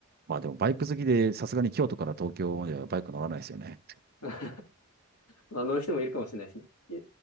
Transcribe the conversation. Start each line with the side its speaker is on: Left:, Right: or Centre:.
Right: まあでもバイク好きで、さすがに京都から東京まではバイク乗らないですよね。
Left: <laughs> まあ乗る人もいるかもしれないですね。い